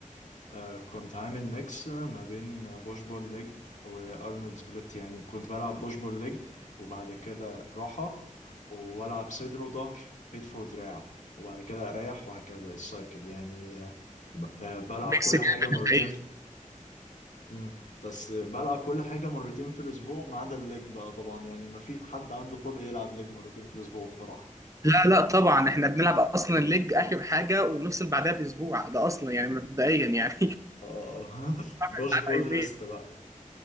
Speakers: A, on the left (about 60°); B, on the right (about 25°).
A: آه، كنت عامل ميكس ما بين بوش بول ليج وأرنولد سبليت يعني كنت بلعب بوش بول ليج وبعد كده راحة وألعب صدر وظهر كتف ودراع وبعد كده أريح وهكذا السايكل يعني آه، ب- آه، بلعب
B: ميكس
A: كل
B: جامد
A: حاجة مرتين
B: الحقيقه
A: مم. بس بلعب كل حاجة مرتين في الأسبوع ما عدا الليج بقى طبعا يعني ما في حد عنده خلق يلعب ليج مرتين في الأسبوع بصراحة
B: لا لا طبعا احنا بنلعب اصلا الليج اخر حاجه ونفصل بعدها باسبوع ده اصلا يعني مبدئيا يعني
A: آه <laughs> بوش
B: <laughs>
A: بول
B: يومين
A: ريست بقى